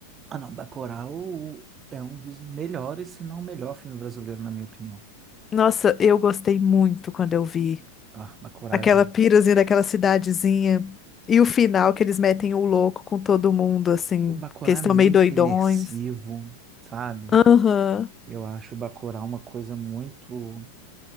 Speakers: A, on the right; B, on the left.
A: Ah, não, Bacurau é um dos melhores, se não o melhor filme brasileiro, na minha opinião.
B: Nossa, eu gostei muito quando eu vi
A: Ah, Bacurau
B: aquela
A: é bom.
B: pirazinha daquela cidadezinha. E o final que eles metem o louco com todo mundo, assim,
A: O Bacurau
B: que eles
A: é
B: estão
A: muito
B: meio doidões.
A: imersivo, sabe?
B: Aham.
A: Eu acho o Bacurau uma coisa muito...